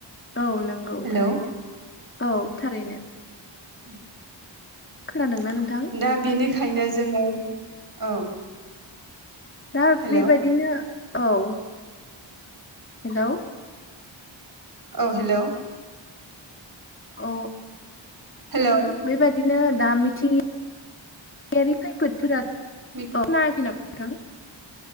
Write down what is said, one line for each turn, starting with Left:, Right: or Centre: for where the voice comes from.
Left: औ नंगौ
Right: हेलौ
Left: थारैनो औ थारैनो
Right: <inaudible>
Left: खोनादोंना नोंथां?
Right: दा बेनिखायनो जोङो औ
Left: दा
Right: हेलौ
Left: बेबायदिनो औ हेलौ'
Right: औ हेलौ'
Left: औ
Right: हेल'
Left: बेबायदिनो दा मिथिंगा यारि खैफोदफोरा
Right: बि
Left: <unintelligible>